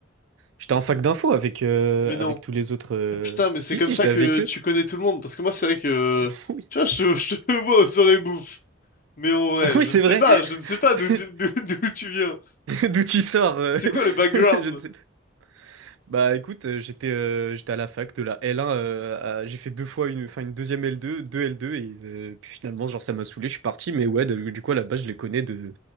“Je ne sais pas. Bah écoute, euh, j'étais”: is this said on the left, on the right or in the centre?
Right